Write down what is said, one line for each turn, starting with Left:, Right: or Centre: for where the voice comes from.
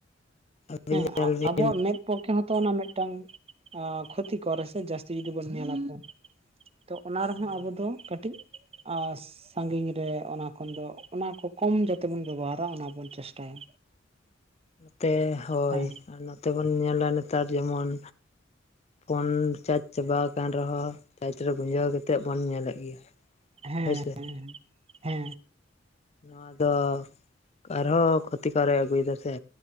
Left: ᱟᱹᱵᱤᱱ
Right: ᱦᱮ
Left: ᱧᱮᱞ ᱵᱤᱱ
Right: ᱟᱵᱚᱣᱟᱜ ᱢᱮᱫ ᱯᱚᱠᱠᱷᱮ ᱦᱚᱜ ᱛᱚ ᱚᱱᱟ ᱢᱤᱫᱴᱟᱝ ᱠᱷᱚᱛᱤᱠᱚᱨ ᱥᱮ ᱡᱟᱹᱥᱛᱤ ᱡᱩᱫᱤ ᱵᱚᱱ ᱧᱮᱞᱟ ᱯᱷᱳᱱ ᱛᱚ ᱚᱱᱟ ᱨᱮᱦᱚ
Left: ᱦᱳᱭ
Right: ᱟᱵᱚ ᱫᱚ ᱠᱟᱴᱤᱡ ᱟᱼᱜ, ᱥᱟᱜᱤᱧ ᱨᱮ ᱚᱱᱟ ᱠᱷᱚᱱ ᱫᱚ ᱚᱱᱟ ᱠᱚ ᱠᱚᱢ ᱡᱟᱛᱮ ᱵᱚᱱ ᱵᱮᱵᱚᱦᱟᱨᱟ ᱚᱱᱟ ᱵᱚᱱ ᱪᱮᱥᱴᱟᱭᱟ᱾
Left: ᱛᱮ ᱦᱳᱭ
Right: ᱦᱮᱸ
Left: ᱟᱨ ᱱᱚᱛᱮ ᱵᱚᱱ ᱧᱮᱞᱟ ᱱᱮᱛᱟᱨ ᱡᱮᱢᱚᱱ ᱯᱷᱳᱱ ᱪᱟᱡᱽ ᱪᱟᱵᱟᱣ ᱟᱠᱟᱱ ᱨᱮᱦᱚ ᱪᱟᱡᱽ ᱨᱮ ᱜᱩᱡᱟᱹᱣ ᱠᱟᱛᱮᱜ ᱵᱚᱱ ᱧᱮᱞᱮᱫ ᱜᱮᱭᱟ᱾
Right: ᱦᱮᱼᱮ
Left: ᱦᱳᱭᱥᱮ
Right: ᱦᱮ
Left: ᱱᱚᱣᱟ ᱫᱚ ᱟᱨᱦᱚ ᱠᱷᱚᱛᱤᱠᱟᱨᱮ ᱟᱜᱩᱭ ᱫᱟ ᱥᱮ?